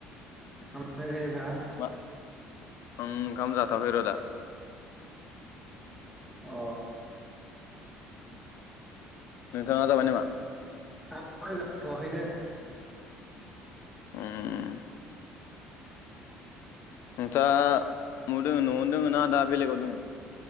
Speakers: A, in the centre; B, on the left.
A: <unintelligible>
B: मा उम ओंखाम जाथवाखै र दा
A: अ
B: नोंथाङा जाबाय नामा
A: <unintelligible> जाथवाखैनो
B: उम उम नोंथाङा मौ दोङो न'आवनो दोङो ना दा बेलेगाव दोङो